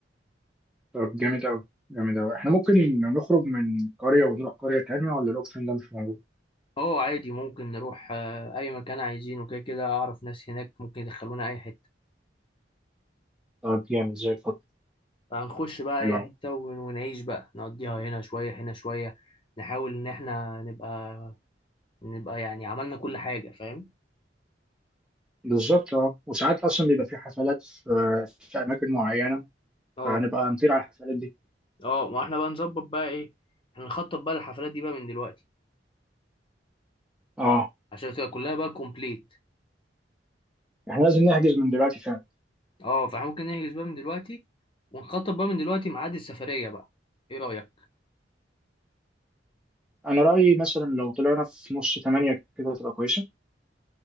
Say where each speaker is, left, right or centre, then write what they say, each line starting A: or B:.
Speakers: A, in the centre; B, on the left.
A: طب جامد أوي جامد أوي احنا ممكن نخرج من قرية ونروح قرية تانية ولا الأوبشن ده مش موجود؟
B: اه عادي ممكن نروح آه، اي مكان عايزينه كده كده اعرف ناس هناك ممكن يدخلونا اي حته
A: طب جامد زي الفل
B: فهنخش بقى
A: حلو
B: اي
A: أوي
B: حته ون- ونعيش بقى نقضيها هنا شويه هنا شويه نحاول ان احنا نبقى نبقى يعني عملنا كل حاجه فاهم
A: بالظبط اه وساعات أصلا بيبقى في حفلات في, في أماكن معينة
B: اه
A: فهنبقى نطير على الحفلات دي
B: اه ما احنا بقى نظبط بقى ايه احنا نخطط بقى الحفلات دي بقى من دلوقتي
A: اه
B: عشان تبقى كلها بقى كومبليت
A: احنا لازم نحجز من دلوقتي فعلا
B: اه فاحنا ممكن نحجز بقى من دلوقتي ونخطط بقى من دلوقتي ميعاد السفريه بقى ايه رايك
A: أنا رأيي مثلا لو طلعنا في نص تمانية كده تبقى كويسة